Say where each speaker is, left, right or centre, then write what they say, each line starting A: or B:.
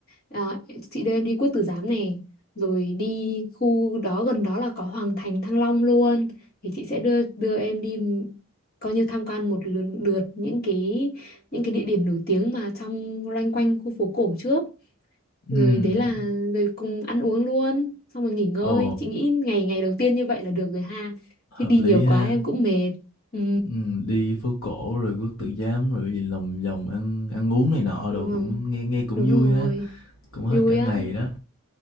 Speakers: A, on the left; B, on the left.
A: à, chị đưa em đi Quốc Tử Giám này, rồi đi khu đó gần đó là có Hoàng Thành Thăng Long luôn. Thì chị sẽ đưa đưa em đi m- coi như tham quan một lượt, lượt những cái những cái địa điểm nổi tiếng mà trong loanh quanh khu phố cổ trước.
B: Ừm.
A: Rồi đấy là rồi cùng ăn uống luôn, xong rồi nghỉ ngơi.
B: Ồ,
A: Chị nghĩ ngày ngày đầu tiên như vậy là được rồi ha.
B: hợp
A: Chứ đi
B: lý
A: nhiều
B: ha.
A: quá em cũng mệt. Ừ,
B: Ừm, đi phố cổ rồi Quốc Tử Giám rồi gì lòng vòng ăn ăn uống này nọ
A: đúng
B: đồ
A: không?
B: cũng nghe nghe cũng
A: Đúng
B: vui
A: rồi.
B: ha, cũng hết
A: vui
B: cả ngày
A: á
B: đó.